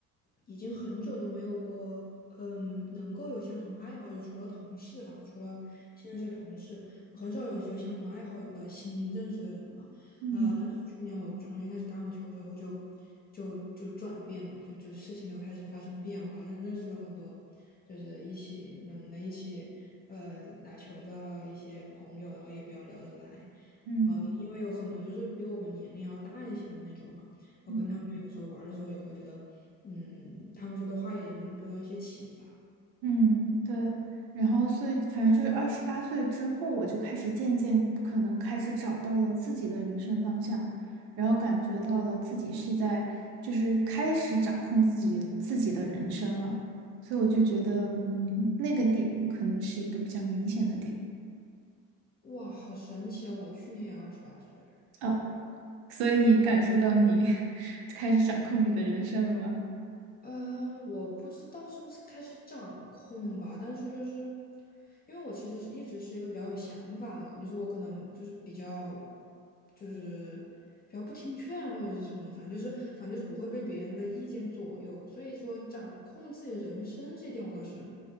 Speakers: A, on the left (about 25°); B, on the right (about 55°).
A: 已经很久都没有过，嗯，能够有相同爱好，就除了同事啊，除了现在是同事，很少有有相同爱好的新认识的人了。
B: 嗯
A: 啊、但是去年我重新开始打网球之后就，就就转变了，就就事情就开始发生变化，认认识了很多，就是一起能能一起呃打球的一些朋友，然后也比较聊得来。
B: 嗯。
A: 呃，因为有很多就是比我们年龄要大一些的那种嘛，我跟他们有时候玩的时候也会觉得，
B: 嗯
A: 嗯，他们说的话也能得到一些启发。
B: 嗯，对，然后所以反正就是二十八岁之后，我就开始渐渐可能开始找到了自己的人生方向，然后感觉到了自己是在就是开始掌控自己自己的人生了，所以我就觉得，
A: 哦，
B: 嗯，那个点可能是一个比较明显的点
A: 哇，好神奇啊！我去年也二十八岁了
B: 哦，所以你感受到你 <laughs> 开始掌控你的人生了吗？
A: 嗯，我不知道是不是开始掌控吧，但是就是因为我其实是一直是一个比较有想法的人，就是我可能就是比较就是比较不听劝或者是什么，反正就是反正就是不会被别人的意见左右，所以说掌控自己人生这一点我倒是